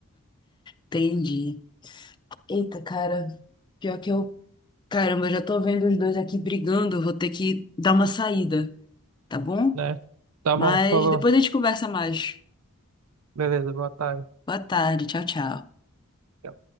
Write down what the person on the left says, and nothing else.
entendi. Eita, cara. Pior que eu. Caramba, eu já tô vendo os dois aqui brigando. Vou ter que dar uma saída, tá bom?
Mas
depois a gente conversa mais.
Boa tarde. Tchau, tchau.